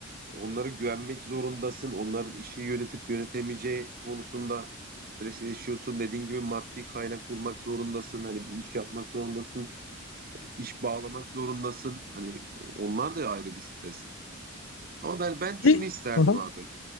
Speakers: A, on the right (about 45°); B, on the left (about 70°).
A: Onlara güvenmek zorundasın. Onların işi yönetip yönetemeyeceği konusunda stres yaşıyorsun. Dediğin gibi maddi kaynak bulmak zorundasın. Hani bir iş yapmak zorundasın. İş bağlamak zorundasın. Hani onlar da ayrı bir stres. Ama ben ben şunu
B: E,
A: isterdim
B: Hı hı.
A: abi.